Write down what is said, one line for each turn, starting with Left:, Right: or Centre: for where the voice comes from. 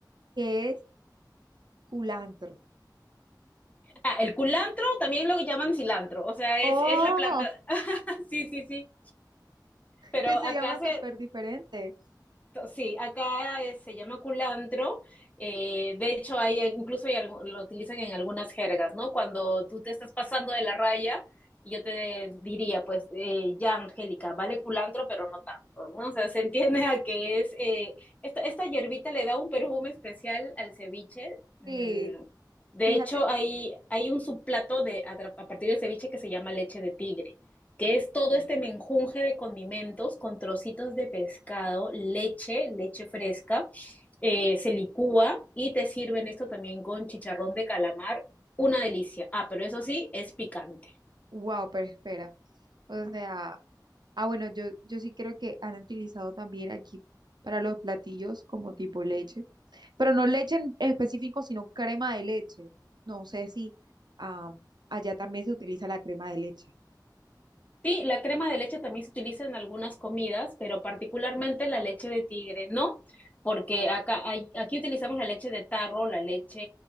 Right: que es culantro.
Left: Ah, el culantro también lo llaman cilantro, o sea, es,
Right: Oh,
Left: es la planta. <laughs> sí, sí, sí. Pero
Right: que se
Left: acá
Right: llama
Left: se,
Right: súper diferente.
Left: Sí, acá eh, se llama culantro. eh, de hecho, hay, eh, incluso hay algu- lo utilizan en algunas jergas, ¿no? Cuando tú te estás pasando de la raya, y yo te diría, pues, eh, ya, Angélica, vale culantro, pero no tanto, ¿no? O sea, se entiende a que es, eh, esta, esta hierbita le da un perfume especial al ceviche. Mm,
Right: Sí,
Left: De
Right: fíjate.
Left: hecho, hay, hay un subplato de, a, tra- a partir del ceviche que se llama leche de tigre que
Right: Ok.
Left: es todo este menjunje de condimentos con trocitos de pescado, leche, leche fresca, eh, se licúa y te sirven esto también con chicharrón de calamar, una delicia. Ah, pero eso sí, es picante.
Right: Wow, pero espera. O sea, ah, bueno, yo, yo sí creo que han utilizado también aquí para los platillos como tipo leche, pero no leche en específico, sino crema de leche. No sé si ah, allá también se utiliza la crema de leche.
Left: Sí, la crema de leche también se utiliza en algunas comidas, pero particularmente la leche de tigre, ¿no? Porque acá hay- aquí utilizamos la leche de tarro, la leche,